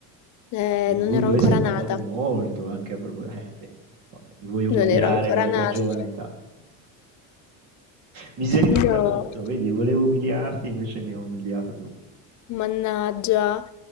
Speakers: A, on the left; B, on the right.
A: Eh,
B: di cui
A: non ero
B: poi
A: ancora
B: si è parlato
A: nata.
B: molto anche a propo eh, vedi, lo so che mi vuoi umiliare
A: Non ero ancora
B: con la tua
A: nata.
B: giovane età. Ecco. Mi sei ritorta
A: No,
B: contro, vedi, volevo umiliarti, invece mi hai umiliato tu.
A: mannaggia.